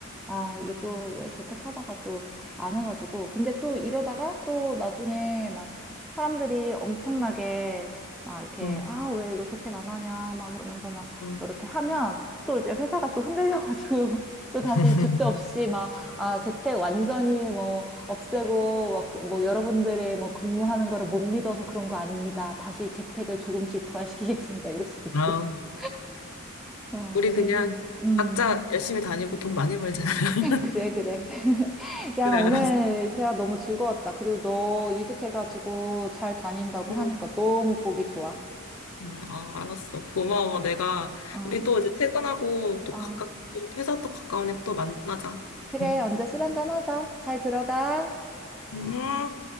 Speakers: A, in the centre; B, on the left.
A: 아, 이게 또 왜 재택하다가 또 안 해가지고. 근데 또 이러다가 또 나중에 막 사람들이 엄청나게 막 이렇게,
B: 음,
A: 아, 왜 이거 재택 안 하냐, 막 그러면서 막
B: 음.
A: 또 이렇게 하면 또 이제 회사가 또 흔들려가지고 <laughs> 또
B: <laughs>
A: 다시 줏대 없이 막, 아, 재택 완전히 뭐 없애고 막, 그- 뭐 여러분들의 뭐 근무하는 거를 못 믿어서 그런 거 아닙니다. 다시 재택을 조금씩 부활시키겠습니다. 이럴 수도 있어.
B: 아.
A: <laughs> 어,
B: 우리
A: 우리
B: 그냥
A: 회사. 음.
B: 각자 열심히 다니고 돈 많이 벌자. <laughs>
A: 그래, 그래. <laughs> 야,
B: 그래,
A: 오늘
B: 알았어.
A: 대화 너무 즐거웠다. 그리고 너 이직해가지고 잘 다닌다고
B: 응.
A: 하니까 너무 보기 좋아.
B: 응, 아, 알았어. 고마워. 내가,
A: 어,
B: 우리 또 이제 퇴근하고 또
A: 어.
B: 가깝, 회사 또 가까우니까 또 만나자.
A: 그래,
B: 응.
A: 언제 술 한잔 하자. 잘 들어가.
B: 음.